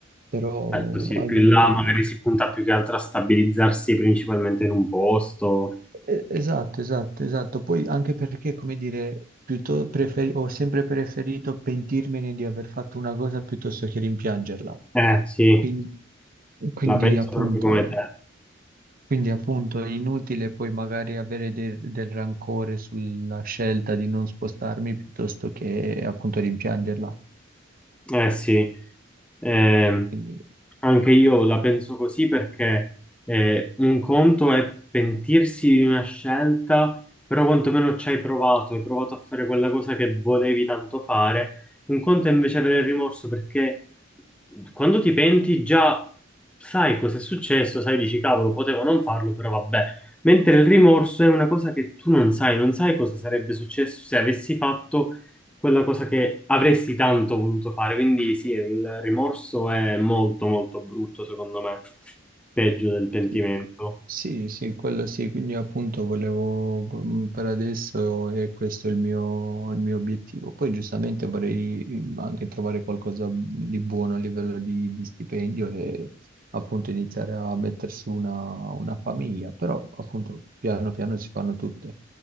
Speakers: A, on the right; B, in the centre.
A: però
B: Certo, sì,
A: almeno
B: più in là
A: per
B: magari
A: adesso.
B: si punta più che altro a stabilizzarsi principalmente in un posto.
A: Eh, Esatto, esatto, esatto. Poi anche perché, come dire, piuttosto preferi- ho sempre preferito pentirmene di aver fatto una cosa piuttosto che rimpiangerla.
B: Eh, sì,
A: Quindi, quindi,
B: la penso
A: appunto,
B: proprio come te.
A: Quindi appunto è inutile poi magari avere del, del rancore sulla scelta di non spostarmi piuttosto che appunto rimpiangerla.
B: Eh sì, eh,
A: Quindi,
B: anche io la penso così perché eh, un conto è pentirsi di una scelta, però quantomeno ci hai provato, hai provato a fare quella cosa che volevi tanto fare. Un conto è invece avere il rimorso perché quando ti penti già sai cosa è successo, sai, dici cavolo, potevo non farlo, però vabbè. Mentre il rimorso è una cosa che tu non sai, non sai cosa sarebbe successo se avessi fatto quella cosa che avresti tanto voluto fare. Quindi sì, il rimorso è molto molto brutto, secondo me, peggio del pentimento.
A: sì, sì, sì, quello sì, quindi appunto volevo, mm, per adesso è questo il mio, il mio obiettivo. Poi giustamente vorrei mm, anche trovare qualcosa di buono a livello di, di stipendio e appunto iniziare a mettere su una, una famiglia, però appunto piano piano si fanno tutte.